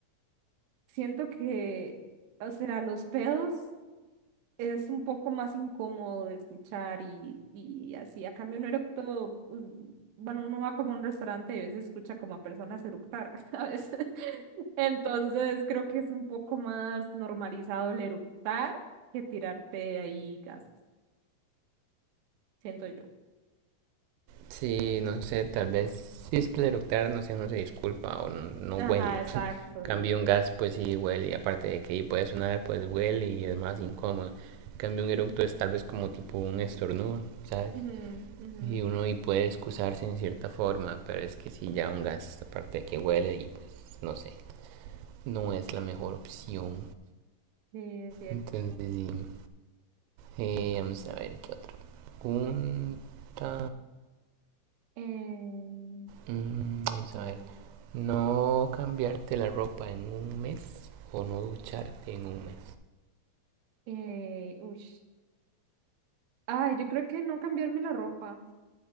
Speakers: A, on the right; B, on the right.
A: siento que, o sea, los pedos. es un poco más incómodo de escuchar y, y así. A cambio, un eructo, pues, bueno, uno va como a un restaurante y a veces escucha como a personas eructar, <laughs> ¿sabes? Entonces, creo que es un poco más normalizado el eructar que tirarte ahí gas, siento yo.
B: sí, no sé, tal vez si es que el eructar, no sé, no se disculpa o no, no
A: Ajá,
B: huele.
A: exacto,
B: <laughs> Cambio
A: y ya.
B: un gas, pues sí huele, aparte de que puede sonar, pues huele y es más incómodo. Cambio un eructo es tal vez como tipo un estornudo, ¿sabes?
A: Ujú, ujú.
B: Y uno y puede excusarse en cierta forma, pero es que si ya un gas, aparte de que huele y pues no sé, no es la mejor opción.
A: Sí, es cierto,
B: Entonces
A: es cierto.
B: sí, Eh, vamos a ver qué otra pregunta.
A: Eh,
B: Mm, vamos
A: sí,
B: a ver.
A: dale.
B: No cambiarte la ropa en un mes o no ducharte en un mes.
A: Eh, ush. Ay, yo creo que no cambiarme la ropa.